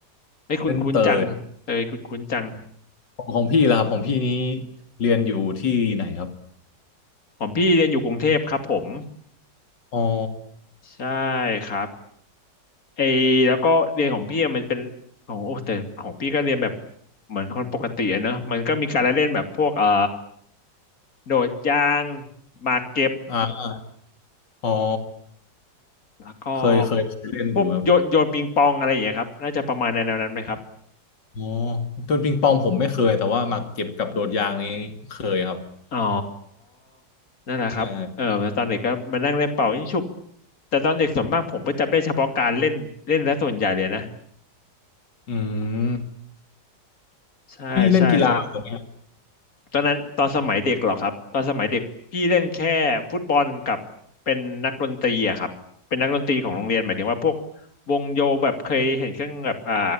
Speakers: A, on the left (about 50°); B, on the left (about 75°).
A: ไม่คุ้นคุ้นจังเตยคุ้นคุ้นจัง
B: เป็นเตยของของพี่แล้วครับของพี่นี้เรียนอยู่ที่ไหนครับ
A: ของพี่เรียนอยู่กรุงเทพครับผม
B: อ๋อ
A: ใช่ครับ ไอแล้วก็เรียนของพี่อะมันเป็นของโอ้แต่ของพี่ก็เรียนแบบเหมือนคนปกติอะเนอะมันก็มีการละเล่นแบบพวกเอ่อโดดยางหมากเก็บ
B: อ่าอ๋อ
A: แล้วก็
B: เคยเคยเคยเล่นอยู่ครับ
A: พวกโยนโยนปิงปองอะไรอย่างเงี้ยครับน่าจะประมาณในแนวนั้นไหมครับ
B: อ๋อต้นปิงปองผมไม่เคยแต่ว่าหมากเก็บกับโดดยางนี้เคยครับ
A: อ๋อนั่นแหละครับเออแล้วตอนเด็กก็มานั่งเล่นเป่ายิงฉุบ
B: ใช่
A: แต่ตอนเด็กส่วนมากผมก็จำได้เฉพาะการเล่นเล่นและส่วนใหญ่เลยนะ
B: อืม
A: ใช่ใช่
B: พี่เล่นกีฬาไหม
A: ตอนนั้นตอนสมัยเด็กเหรอครับตอนสมัยเด็กพี่เล่นแค่ฟุตบอลกับเป็นนักดนตรีอะครับเป็นนักดนตรีของโรงเรียนหมายถึงว่าพวกวงโยแบบเคยเห็นเครื่องแบบอ่า